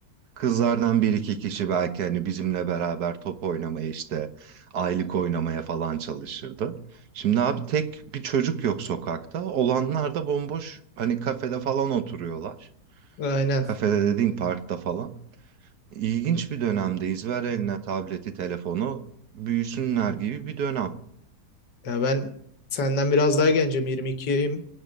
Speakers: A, on the right; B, on the left.
A: Kızlardan bir iki kişi belki hani bizimle beraber top oynamaya işte aylık oynamaya falan çalışırdı. Şimdi abi tek bir çocuk yok sokakta. Olanlar da bomboş hani kafede falan oturuyorlar.
B: Aynen.
A: Kafede dediğim parkta falan. İlginç bir dönemdeyiz. Ver eline tableti, telefonu büyüsünler gibi bir dönem.
B: Ya ben senden biraz daha gencim 22'yim.